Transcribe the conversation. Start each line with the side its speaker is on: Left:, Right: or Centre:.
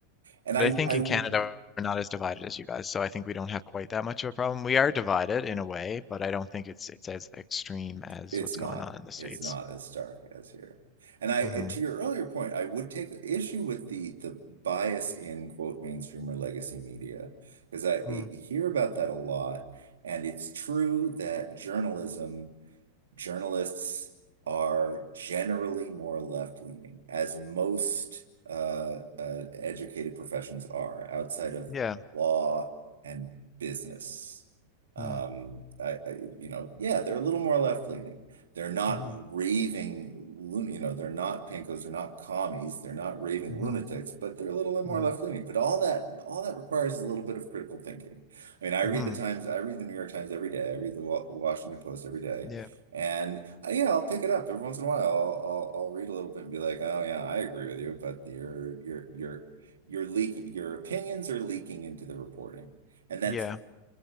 Right: And
Left: But
Right: I,
Left: I think
Right: I
Left: in Canada we're not as divided as you guys, so I think we don't have quite that much of a problem. We are divided in a way, but I don't think it's it's as extreme as
Right: It's
Left: what's
Right: not.
Left: going on in the States.
Right: It's not as stark as here. And I,
Left: Mhm.
Right: and to your earlier point, I would take issue with the the bias in quote mainstream or legacy media because I,
Left: Mm.
Right: I hear about that a lot, and it's true that journalism journalists are generally more left-leaning, as most uh, uh, educated professions are outside of
Left: Yeah.
Right: law and business. Um,
Left: Mm.
Right: I, I, you know, yeah, they're a little more left-leaning. They're not
Left: Mhm.
Right: raving, lun- you know, they're not pinkos, they're not commies, they're not raving
Left: Mhm.
Right: lunatics, but they're a little more
Left: Mhm.
Right: left-leaning. But all that, all that requires a little bit of critical thinking. I mean, I
Left: Mhm.
Right: read the Times, I read the New York Times every day, I read the Wa- Washington Post every day.
Left: Yeah.
Right: And uh, you know, I'll pick it up every once in a while. I'll, I'll I'll read a little bit and be like, "Oh yeah, I agree with you," but you're you're you're you're leaking. Your opinions are leaking into the reporting, and that's
Left: Yeah.